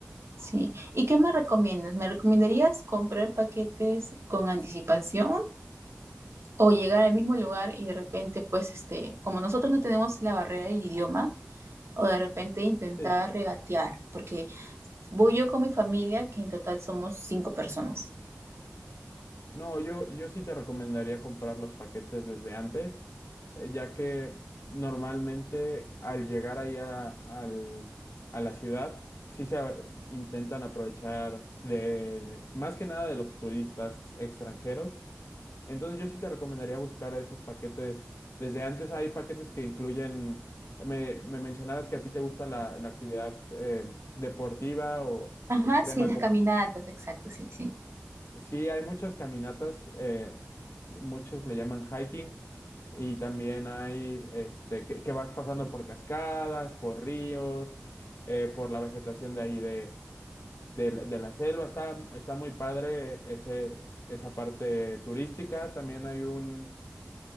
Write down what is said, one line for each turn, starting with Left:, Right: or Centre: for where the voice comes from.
Right: Sí. ¿Y qué me recomiendas? ¿Me recomendarías comprar paquetes con anticipación o llegar al mismo lugar y de repente, pues, este, como nosotros no tenemos la barrera del idioma, o de repente intentar
Left: Sí,
Right: regatear? Porque voy yo con mi familia, que en total somos cinco personas.
Left: No, yo, yo sí te recomendaría comprar los paquetes desde antes, eh, ya que normalmente al llegar ahí a, al- a la ciudad, sí se a- intentan aprovechar de más que nada de los turistas extranjeros. Entonces yo sí te recomendaría buscar esos paquetes desde antes. Hay paquetes que incluyen, me, me mencionabas que a ti te gusta la, la actividad eh, deportiva o
Right: Ajá,
Left: extrema
Right: sí, las caminatas, exacto, sí, sí.
Left: Sí, hay muchas caminatas, eh, muchos le llaman hiking, y también hay este, que, que vas pasando por cascadas, por ríos, eh, por la vegetación de ahí de, de la de la selva. Está, está muy padre ese, esa parte turística. También hay un,